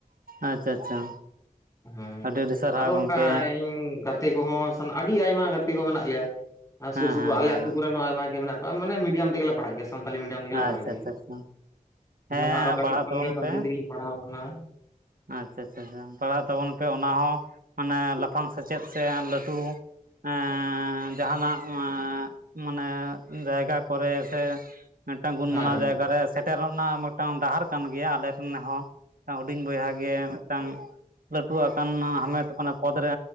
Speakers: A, on the right; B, on the left.
A: ᱟᱪᱪᱷᱟ ᱟᱪᱪᱷᱟ।
B: ᱦᱮᱸ
A: ᱟᱹᱰᱤ ᱟᱹᱰᱤ ᱥᱟᱨᱦᱟᱣ
B: ᱟᱨᱚ
A: ᱜᱚᱝᱠᱮ
B: ᱚᱱᱠᱟ ᱤᱧ ᱜᱟᱛᱮᱼᱼ ᱜᱟᱛᱮ ᱠᱚᱦᱚᱸ ᱟᱹᱰᱤ ᱟᱭᱢᱟ ᱜᱟᱛᱮ ᱠᱚ ᱢᱮᱱᱟᱜ ᱞᱮᱭᱟ
A: ᱦᱮᱸ
B: ᱥᱩᱨ ᱥᱩᱯᱩᱨ
A: ᱦᱮᱸ
B: ᱟᱞᱮ
A: ᱦᱮᱸ
B: ᱟᱛᱩ
A: ᱦᱮᱸ
B: ᱠᱚᱨᱮᱱ ᱦᱚᱸ ᱟᱭᱢᱟ ᱜᱮ ᱢᱮᱱᱟᱜ ᱠᱚᱣᱟ। ᱵᱟᱝ ᱢᱟᱱᱮ ᱢᱤᱰᱤᱭᱟᱢ ᱛᱮᱜᱮᱞᱮ ᱯᱟᱲᱦᱟᱜ ᱜᱮᱭᱟ। ᱥᱟᱱᱛᱟᱞᱤ ᱢᱤᱰᱤᱭᱟᱢ ᱛᱮᱜᱮᱞᱮ
A: ᱟᱪᱪᱷᱟ
B: ᱯᱟᱲᱦᱟᱜ ᱜᱮᱭᱟ
A: ᱟᱪᱪᱷᱟ ᱟᱪᱪᱷᱟ
B: ᱤᱧ
A: ᱦᱮᱸ
B: ᱫᱚ ᱱᱟᱦᱟᱜ ᱟᱨᱚ ᱠᱟᱹᱴᱤᱡ
A: ᱯᱟᱲᱦᱟᱜ
B: ᱠᱷᱚᱱᱜᱮ
A: ᱛᱟᱵᱚᱱ
B: ᱥᱟᱱᱛᱟᱞᱤ
A: ᱯᱮ
B: ᱛᱮᱜᱮᱧ ᱯᱟᱲᱦᱟᱣ ᱟᱠᱟᱱᱟ।
A: ᱟᱪᱪᱷᱟ ᱪᱪᱷᱟ ᱯᱟᱲᱦᱟᱜ ᱛᱟᱵᱚᱱ ᱯᱮ ᱚᱱᱟ ᱦᱚᱸ ᱢᱟᱱᱮ ᱞᱟᱯᱷᱟᱝ ᱥᱮᱪᱮᱫ ᱥᱮ ᱞᱟᱹᱴᱩᱼᱼ ᱦᱮᱸᱻ ᱡᱟᱦᱟᱱᱟᱜ ᱦᱮᱸᱻ ᱢᱟᱱᱮ ᱡᱟᱭᱜᱟ ᱠᱚᱨᱮ ᱥᱮ ᱢᱤᱫᱴᱟᱝ ᱜᱩᱱ
B: ᱦᱮᱸ
A: ᱢᱟᱱᱟᱣ
B: ᱦᱮᱸ
A: ᱡᱟᱭᱜᱟ ᱨᱮ ᱥᱮᱴᱮᱨᱚᱜ ᱨᱮᱱᱟᱜ ᱢᱤᱫᱴᱟᱝ ᱰᱟᱦᱟᱨ ᱠᱟᱱ ᱜᱮᱭᱟ ᱟᱞᱮᱨᱮᱱ ᱦᱚᱸ ᱦᱩᱰᱤᱧ ᱵᱚᱭᱦᱟ ᱦᱮᱸ ᱢᱤᱫᱴᱟᱝ ᱞᱟᱹᱴᱩ ᱟᱠᱟᱱ ᱦᱟᱢᱮᱴ ᱯᱚᱫᱽ ᱨᱮ